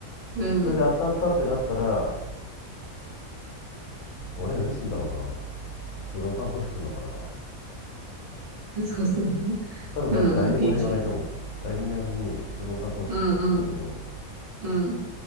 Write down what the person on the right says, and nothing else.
うん、
うん、
そうそう、
うん、うん、いいじゃん。うん、うん、うん、